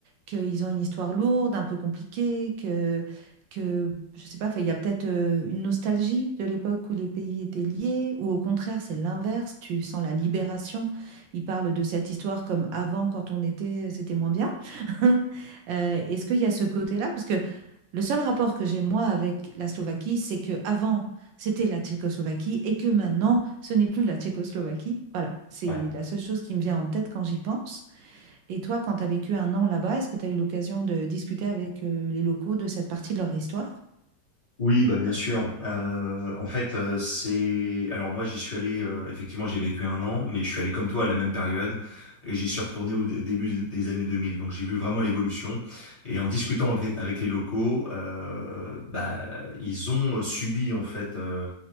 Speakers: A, on the right (about 85°); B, on the left (about 25°).
A: qu'ils ont une histoire lourde, un peu compliquée, que, que je sais pas, 'fin, il y a peut-être euh, une nostalgie de l'époque où les pays étaient liés, ou au contraire, c'est l'inverse, tu sens la libération. Ils parlent de cette histoire comme avant, quand on était, c'était moins bien. <laughs> Euh, est-ce qu'il y a ce côté-là? Parce que le seul rapport que j'ai moi avec la Slovaquie, c'est que avant c'était la Tchécoslovaquie et que maintenant ce n'est plus la Tchécoslovaquie. Voilà, c'est
B: Ouais.
A: la seule chose qui me vient en tête quand j'y pense. Et toi, quand tu as vécu un an là-bas, est-ce que tu as eu l'occasion de discuter avec euh, les locaux de cette partie de leur histoire?
B: Oui, bah bien sûr. Euh, en fait, euh, c'est. Alors moi, j'y suis allé. euh, effectivement, j'ai vécu un an, mais je suis allé comme toi à la même période, et j'y suis retourné au dé- début des années 2000. Donc j'ai vu vraiment l'évolution. Et en discutant en fait avec les locaux, euh, bah ils ont subi en fait. euh,